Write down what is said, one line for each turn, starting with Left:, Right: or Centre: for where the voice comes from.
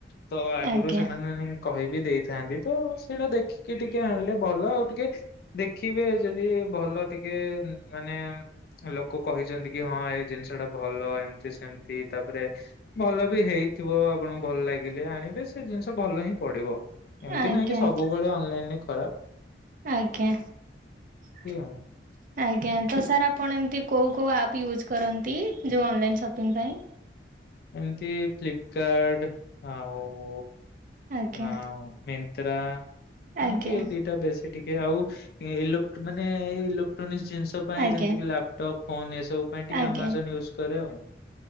Left: ତ ଆଗରୁ
Right: ଆଜ୍ଞା
Left: ସେମାନେ କହି ବି ଦେଇଥାନ୍ତି ତ ସେଇଟା ଦେଖିକି ଟିକେ ଆଣିଲେ ଭଲ ଆଉ ଟିକେ ଦେଖିବେ ଯଦି ଭଲ ଟିକେ ମାନେ ଲୋକ କହିଛନ୍ତି କି ହଁ ଏଇ ଜିନିଷ ଟା ଭଲ ଏମତି ସେମତି ତାପରେ ଭଲ ବି ହେଇଥିବ ଆପଣଙ୍କୁ ଭଲ ଲାଗିଲେ। ଏବେ ସେ ଜିନିଷ ଭଲ ହିଁ ପଡିବ ଏମିତି
Right: ଆଜ୍ଞା ଆଜ୍ଞା
Left: ନାହିଁ କି
Right: ଆଜ୍ଞା
Left: ସବୁବେଳେ ଅନଲାଇନ ଖରା
Right: ଆଜ୍ଞା ଆଜ୍ଞା।
Left: ଆଉ।
Right: ଆଜ୍ଞା ତ ସାର୍ ଆପଣ ଏମତି କୋଉ କୋଉ ଆପ୍ ୟୁଜ୍ କରନ୍ତି ଯେଉଁ ଅନଲାଇନ୍ ସପିଙ୍ଗ ପାଇଁ
Left: ଏମିତି ଫ୍ଲିପକାର୍ଡ ଆଉ।
Right: ଆଜ୍ଞା
Left: ହଁ ମିନ ତ୍ରା
Right: ଆଜ୍ଞା
Left: ଏମିତି ଦିଟା ବେଶୀ ଟିକେ ଏ ଆଉ ଇଲୋକ ମାନେ ଏଇ ଇଲେକ୍ଟ୍ରୋନିକ୍ସ ଜିନିଷ ପାଇଁ
Right: ଆଜ୍ଞା
Left: ଯେମିତିକି ଲାପଟପ୍ ଫୋନ ଏସବୁ ପାଇଁ ଟିକେ
Right: ଆଜ୍ଞା
Left: ଆମାଜନ
Right: ଆଜ୍ଞା
Left: ୟୁଜ୍ କରେ ଆଉ।